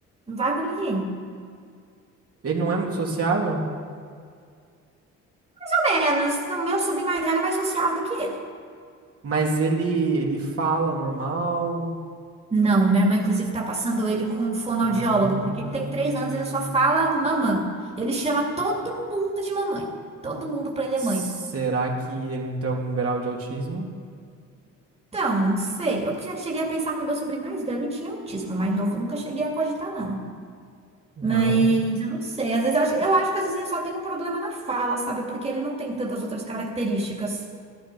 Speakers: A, on the right; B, on the right.
A: não vai com ninguém.
B: Ele não é muito sociável,
A: Pelo Menos, o meu sobrinho mais velho é mais sociável do que ele.
B: mas ele, ele fala normal.
A: Não, minha irmã, inclusive, tá passando ele com um fonoaudiólogo,
B: Ah,
A: porque ele tem três anos, ele só fala mamã. Ele chama todo mundo de mamãe. Todo mundo pra ele
B: será
A: é mãe.
B: que ele não tem algum grau de autismo?
A: Então, não sei. Eu já cheguei a pensar que o meu sobrinho mais velho tinha autismo, mais novo nunca cheguei a cogitar, não.
B: Não.
A: Mas eu não sei. Às vezes eu acho, eu acho que às vezes ele só tem um problema na fala, sabe? Porque ele não tem tantas outras características.